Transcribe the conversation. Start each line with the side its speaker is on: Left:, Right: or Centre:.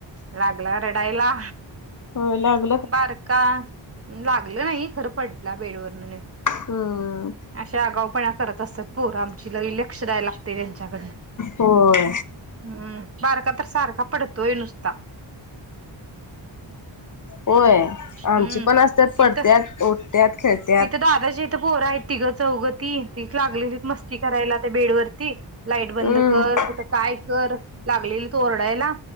Right: लागला रडायला
Left: होय लाग
Right: बारका लागलं नाही खरं पडला बेडवरन नीट
Left: हम्म.
Right: अशे आगावपणा करत असतात. पोर आमची लई लक्ष द्याय लागतय तेच्याकडन
Left: होय
Right: हम् बारका तर सारखा पडतोय नुसता.
Left: होय आमची
Right: हम्म
Left: पण असत्यात
Right: तिथं
Left: पडत्यात उठत्यात खेळत्या
Right: तिथं दादाच्या इथं पोर आहेत तिघं चौघ ती ती एक लागलेली मस्ती करायला त्या बेडवरती लाईट बंद
Left: हम्म
Right: कर कुठं काय कर लागलेलीत ओरडायला.